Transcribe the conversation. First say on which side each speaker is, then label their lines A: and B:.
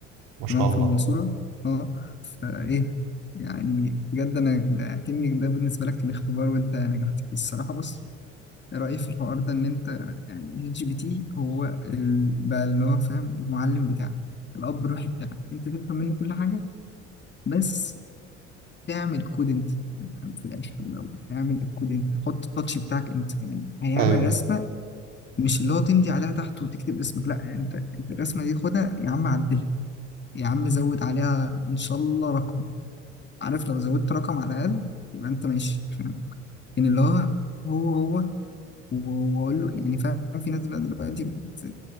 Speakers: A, on the right (about 65°); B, on the left (about 30°).
A: ما شاء
B: تمام
A: الله
B: في المنصورة اه فايه يعني بجد انا اكني ده بالنسبة لك كان اختبار وانت نجحت فيه الصراحة بص رأيي في الحوار ده ان انت يعني اتش بي تي هو ال... بقى اللي هو فاهم المعلم بتاعك الاب الروحي بتاعك انت تفهم منه كل حاجة بس تعمل كود انت يعني في الاخر ولو تعمل الكود انت حط التاتش بتاعك انت يعني هيعمل
A: ايوه
B: رسمة مش اللي هو تمضي عليها تحت وتكتب اسمك لا انت انت الرسمة دي خدها يا عم عدلها يا عم زود عليها ان شاء الله رقم عارف لو زودت رقم على الأقل يبقى أنت ماشي فاهم؟ لكن اللي هو هو هو و- وأقول له يعني فاهم في ناس بقى دلوقتي بت...